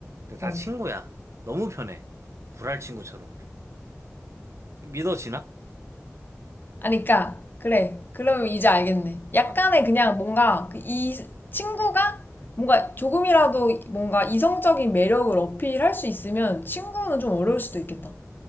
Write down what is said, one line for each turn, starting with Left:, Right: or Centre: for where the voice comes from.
Right: 근데 다
Left: 어.
Right: 친구야. 너무 편해. 불알 친구처럼. 믿어지나?
Left: 아니 그니까 그래. 그러면 이제 알겠네. 약간의
Right: 어.
Left: 그냥 뭔가 그이 친구가 뭔가 조금이라도 뭔가 이성적인 매력을 어필할 수 있으면 친구는 좀 어려울 수도 있겠다.